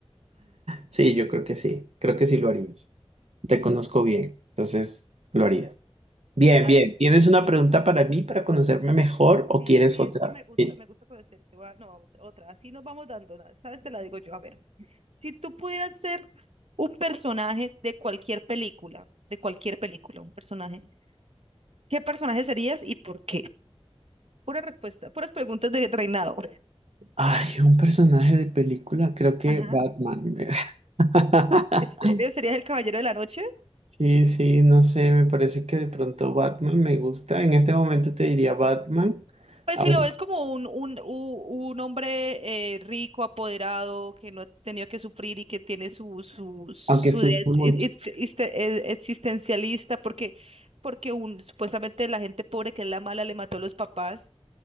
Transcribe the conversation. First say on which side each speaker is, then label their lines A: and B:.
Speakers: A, on the right; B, on the right.
A: Sí, yo creo que sí, creo que sí lo harías. Te conozco bien, entonces lo harías. Bien,
B: A
A: bien.
B: ver,
A: ¿Tienes una
B: dime.
A: pregunta para mí para conocerme mejor
B: Sí,
A: o
B: sí,
A: quieres
B: sí,
A: otra?
B: es que me gusta,
A: Sí.
B: me gusta conocerte. Va, no, otra, así nos vamos dando. la- Esta vez te la digo yo. A ver, si tú pudieras ser un personaje de cualquier película, de cualquier película, un personaje, ¿qué personaje serías y por qué? Pura respuesta, puras preguntas de reinado.
A: Ay, un personaje de película, creo que
B: Ajá.
A: Batman. <laughs>
B: ¿En serio? ¿Serías el caballero de la noche?
A: Sí, sí, no sé, me parece que de pronto Batman me gusta. En este momento te diría Batman,
B: Pues
A: au-
B: si lo ves como un, un, u- un hombre eh, rico, apoderado, que no ha tenido que sufrir y que tiene su, su, su
A: aunque sufro
B: de-
A: mucho.
B: ex- ex- eh, existencialista, porque, porque un, supuestamente la gente pobre, que es la mala, le mató a los papás,